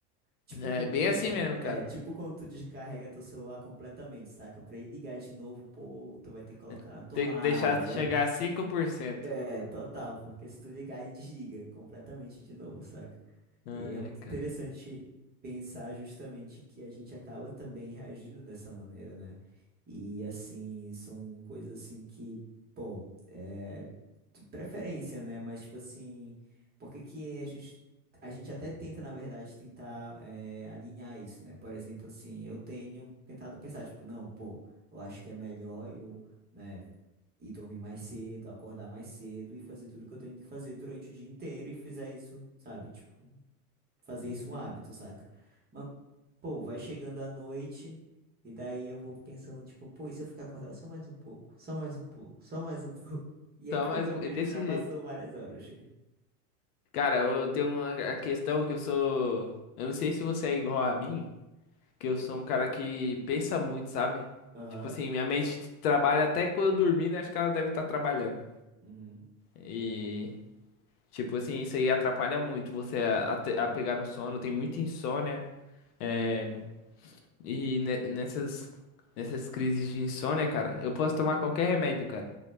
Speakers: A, on the right; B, on the left.
A: Tipo
B: é
A: quando
B: bem
A: tu
B: assim
A: des-
B: mesmo,
A: é,
B: cara.
A: tipo quando tu descarrega teu celular completamente, saca? Pra ele ligar de novo, pô, tu vai ter que colocar
B: É
A: na tomada.
B: Tem que deixar chegar a 5%.
A: É, total, porque se tu ligar e desliga completamente de novo, saca?
B: Ai,
A: E é muito
B: cara.
A: interessante pensar justamente que a gente acaba também reagindo dessa maneira, né? E assim, são coisas assim que, pô, é de preferência, né? Mas tipo assim, por que que a gente a gente até tenta, na verdade, tentar é, alinhar isso, né? Por exemplo, assim, eu tenho tentado pensar, tipo, não, pô, eu acho que é melhor eu, né? e dormir mais cedo, acordar mais cedo e fazer tudo que eu tenho que fazer durante o dia inteiro e fizer isso, sabe? Tipo, fazer
B: Uhum.
A: isso um hábito, saca? Mas, pô, vai chegando a noite e daí eu vou pensando, tipo, pô, e se eu ficar acordado só mais um pouco, só mais um pouco, só mais um <laughs> pouco? E aí
B: Só
A: quando
B: mais
A: eu
B: um- desse
A: vejo já passou
B: jeito.
A: várias horas.
B: Cara, eu tenho uma a questão que eu sou. Eu não sei se você é igual a mim, que eu sou um cara que pensa muito, sabe?
A: Aham.
B: Tipo assim, minha mente trabalha até quando eu dormir, né? Acho que ela deve estar trabalhando.
A: Uhum.
B: E, tipo assim, isso aí atrapalha muito você a, a te- a pegar no sono, tem muita insônia. é, E ne- nessas, nessas crises de insônia, cara, eu posso tomar qualquer remédio, cara.